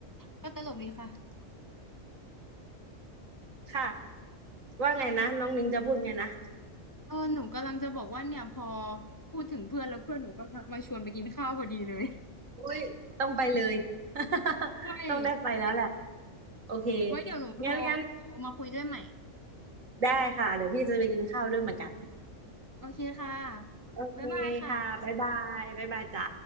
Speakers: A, on the left; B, on the right.
A: ก็ตลกดีค่ะ
B: ค่ะว่าไงนะน้องนิ้งจะพูดไงนะ
A: เออหนูกำลังจะบอกว่าเนี่ยพอพูดถึงเพื่อนแล้วเพื่อนหนูก็ทักมาชวนไปกินข้าวพอดีเลย <laughs>
B: อุ้ยต้องไปเลย <laughs>
A: ด้วย
B: ต้องได้ไปแล้วแหละโอเค
A: ไว้เดี๋ยวหนูโทรโทรมาคุยด้วยใหม่
B: งั้นงั้นได้ค่ะเดี๋ยวพี่จะไปกินข้าวด้วยเหมือนกัน
A: โอเคค่ะ
B: โอเคค่ะบ๊ายบายบ๊ายบายจ้า
A: บ๊ายบายค่ะ